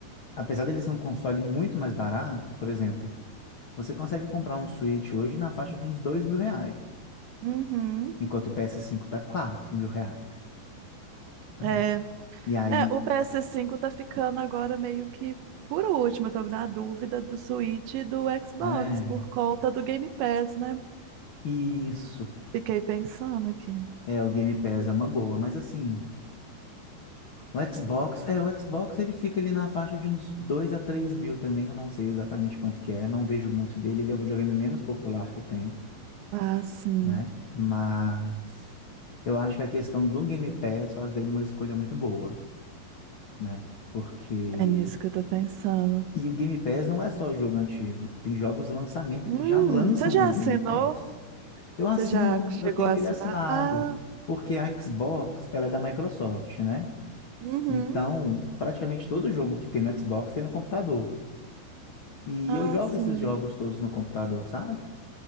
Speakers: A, on the left; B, on the right.
A: apesar dele ser um console muito mais barato, por exemplo, você consegue comprar um Switch hoje na faixa de uns dois mil reais,
B: Uhum.
A: enquanto o ps cinco tá quatro mil reais, né?
B: É.
A: E aí,
B: É, o ps cinco tá ficando agora meio que por último. Eu tô na dúvida do Switch e do Xbox
A: é,
B: por conta do Game Pass, né?
A: isso,
B: Fiquei pensando aqui.
A: é, o Game Pass é uma boa, mas assim, o Xbox, é, o Xbox ele fica ali na faixa de uns dois a três mil também, eu não sei exatamente quanto que é, não vejo muito dele, ele é o videogame menos popular que tem.
B: Ah, sim.
A: né? Mas eu acho que a questão do Game Pass faz dele uma escolha muito boa, né? Porque.
B: É nisso que eu tô pensando.
A: E o Game Pass não é só o jogo antigo, tem jogos de lançamento
B: Hum,
A: que já lançam
B: você já
A: no Game
B: assinou?
A: Pass. Eu assino,
B: Você já chegou
A: eu tenho
B: a
A: ele
B: assinar?
A: assinado,
B: Ah,
A: porque a Xbox, ela é da Microsoft, né?
B: uhum.
A: Então, praticamente todo jogo que tem no Xbox tem no computador. E
B: Ah,
A: eu jogo
B: sim.
A: esses jogos todos no computador, sabe?